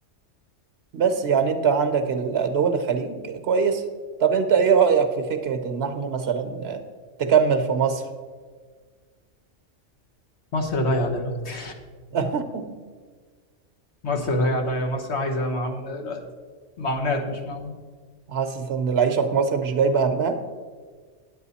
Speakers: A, on the right (about 60°); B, on the left (about 65°).
A: بس يعني انت عندك ال- دول الخليج كويسة طب انت ايه رأيك في فكرة ان احنا مثلا تكمل في مصر
B: مصر ضايعه دلوقتي
A: <laughs>
B: <laughs> مصر ضايعه ضايعه مصر عايزه معونه دلوقتي معونات مش معونه
A: حاسس ان العيشة في مصر مش جايبة همها